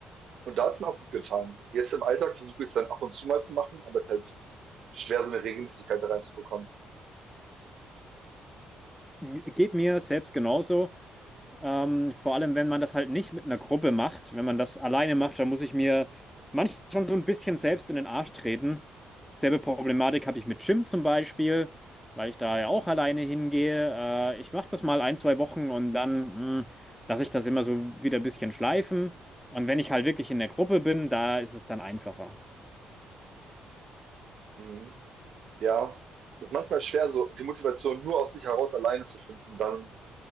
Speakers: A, on the right; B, in the centre.
A: Und da hat es dann auch gut getan. Jetzt im Alltag versuche ich es dann ab und zu mal zu machen, aber es ist halt schwer, so eine Regelmäßigkeit da reinzubekommen.
B: Geht mir selbst genauso. Ähm, vor allem, wenn man das halt nicht mit einer Gruppe macht, wenn man das alleine macht, dann muss ich mir manchmal schon so ein bisschen selbst in den Arsch treten. Selbe Problematik habe ich mit Gym zum Beispiel, weil ich da ja auch alleine hingehe. Äh, ich mache das mal ein, zwei Wochen und dann mh, lasse ich das immer so wieder ein bisschen schleifen. Und wenn ich halt wirklich in der Gruppe bin, da ist es dann einfacher.
A: Mhm. Ja, es ist manchmal schwer, so die Motivation nur aus sich heraus alleine zu finden, dann